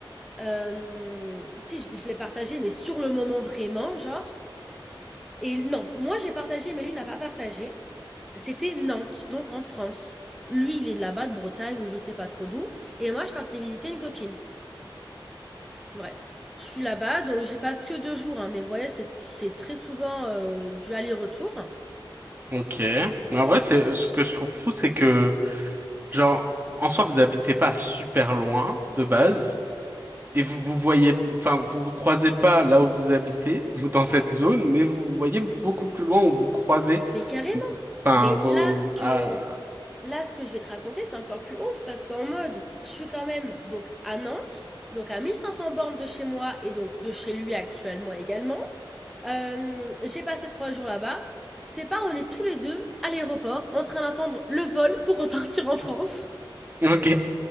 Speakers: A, in the centre; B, on the right.
A: Euh, si, je, je l'ai partagé, mais sur le moment vraiment, genre. Et non, moi j'ai partagé, mais lui n'a pas partagé. C'était Nantes, donc en France. Lui, il est de là-bas, de Bretagne, ou je sais pas trop d'où. Et moi, je partais visiter une copine. Bref, je suis là-bas, donc j'y passe que deux jours, hein, mais vous voyez, c'est c'est très souvent euh, du aller-retour.
B: Ok. Mais
A: Euh,
B: en vrai, c'est ce que je trouve fou, c'est que, genre, en soi, vous habitez pas super loin de base. Et vous vous voyez, enfin, vous vous croisez pas là où vous habitez, ou dans cette zone, mais vous voyez beaucoup plus loin où vous croisez,
A: Mais carrément.
B: enfin,
A: Mais
B: vos,
A: là, ce
B: ah,
A: que, là, ce que je vais te raconter, c'est encore plus ouf parce qu'en mode, je suis quand même donc à Nantes, donc à 1500 bornes de chez moi et donc de chez lui actuellement également. Euh, j'ai passé trois jours là-bas. C'est pas, on est tous les deux à l'aéroport en train d'attendre le vol pour repartir en France.
B: ok,